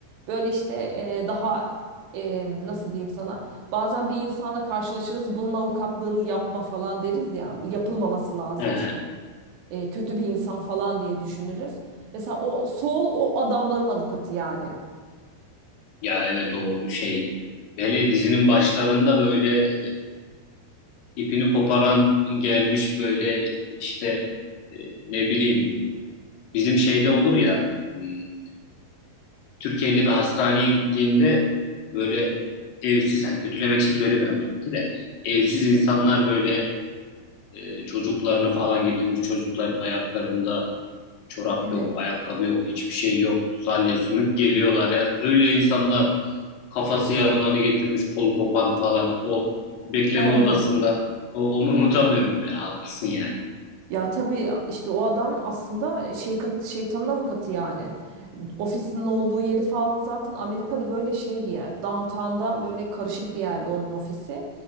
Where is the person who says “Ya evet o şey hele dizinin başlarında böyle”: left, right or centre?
Left